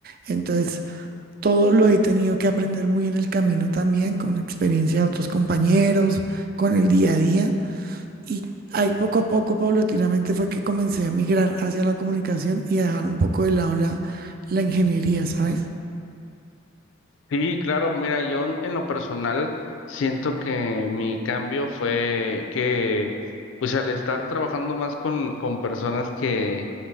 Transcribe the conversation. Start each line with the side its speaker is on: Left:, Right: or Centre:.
Right: Entonces, todo lo he tenido que aprender muy en el camino también, con la experiencia de otros compañeros, con el día a día. Y ahí poco a poco, paulatinamente, fue que comencé a migrar hacia la comunicación y a dejar un poco de lado la, la ingeniería, ¿sabes?
Left: Sí, claro, mira, yo en en lo personal siento que mi cambio fue que, pues al estar trabajando más con, con personas que,